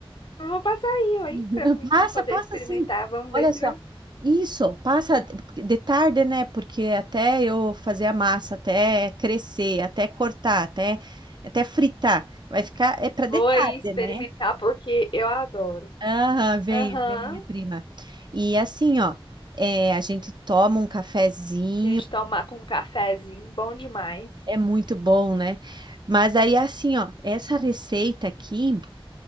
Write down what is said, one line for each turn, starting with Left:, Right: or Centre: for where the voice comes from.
Left: eu vou passar aí, ó, hein,
Right: <laughs>
Left: pra mim
Right: Passa,
Left: poder
Right: passa
Left: experimentar.
Right: assim.
Left: Vamos
Right: Olha
Left: ver se
Right: só.
Left: vai.
Right: Isso, passa de de tarde, né? Porque até eu fazer a massa, até crescer, até cortar, até, até fritar, vai ficar. É para de
Left: Vou
Right: tarde,
Left: aí experimentar
Right: né?
Left: porque eu adoro.
Right: Aham, venha,
Left: Aham.
Right: venha, prima. E assim, ó, é, a gente toma um cafezinho,
Left: Gente, tomar com um cafezinho, bom demais.
Right: é muito bom, né? Mas aí, assim, ó, essa receita aqui.